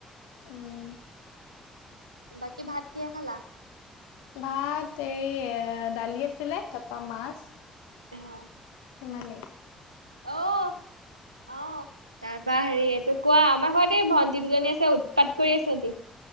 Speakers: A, on the left; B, on the right.
A: উম।
B: বাকি ভাত কিয়ে খালা?
A: ভাত এৰি এ দালি আছিলে তাপা মাছ।
B: অঁ'।
A: সিমানেই।
B: অঁ' অঁ, তাৰ পৰা হেৰি এইটো কোৱা আমাৰ ঘৰত এই ভণ্টি দুজনী আছে উৎপাত কৰি আছে এতি।